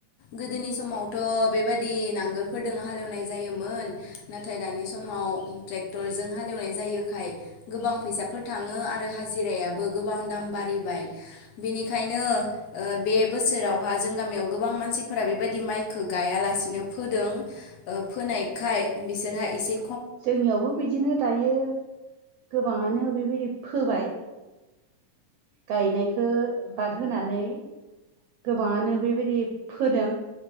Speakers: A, on the left; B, on the right.
A: गोदोनि समावथ' बेबादि नांगोलफोरदों हालेवनाय जायोमोन नाथाय दानि समाव ट्रेक्टरजों हालेवनाय जायोखाय गोबां फैसाफोर थाङो आरो हाजिरायाबो गोबां दाम बारिबाय बिनिखायनो ओ बे बोसोरावहा जों गामियाव गोबां मानसिफोरा बेबाय- दि माइखो गायालासिनो फोदों ओ फोनायखाय बिसोरहा इसे
B: जोंनियावबो बिदिनो दायो गोबाङानो बेबायदि फोबाय गायनायखो बाद होनानै गोबाङानो बेबायदि फोदों